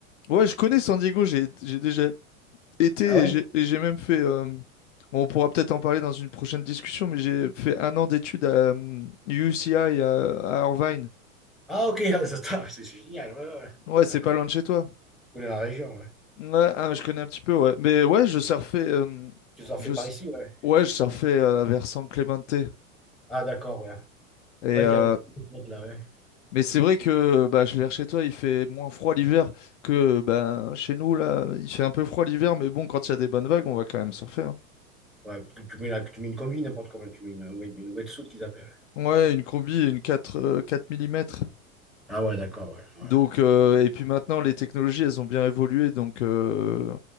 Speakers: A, on the left; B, in the centre.
A: ouais, je connais San Diego, j'ai j'ai déjà, été
B: Ah ouais?
A: et j'ai et j'ai même fait. euh, bon, on pourra peut-être en parler dans une prochaine discussion, mais j'ai fait un an d'études à euh, UCI à, à Irvine.
B: Ah ok, <laughs> ah, ça tape, c'est c'est génial, ouais, ouais.
A: Ouais, c'est
B: D'accord.
A: pas loin
B: Tu
A: de chez toi.
B: connais la région, ouais.
A: Ouais, ah, je connais un petit peu, ouais. Mais ouais, je surfais. euh,
B: Tu surfais
A: je,
B: par
A: s-
B: ici, ouais.
A: ouais, je surfais euh, vers San Clemente.
B: Ah d'accord, ouais.
A: Et,
B: Ouais,
A: euh,
B: il y a un petit peu de spots là, ouais.
A: mais c'est vrai que bah, je vais vers chez toi, il fait moins froid l'hiver que bah, chez nous, là. Il fait un peu froid l'hiver, mais bon, quand il y a des bonnes vagues, on va quand même surfer. hein.
B: Ouais, tu tu mets, la- tu mets une combi, n'importe comment, tu mets une, wet- une wetsuit qu'ils appellent.
A: Ouais, une combi et une 4 euh, 4 mm.
B: Ah ouais, d'accord, ouais,
A: Donc,
B: ouais,
A: euh, et puis maintenant, les technologies, elles ont bien évolué, donc euh,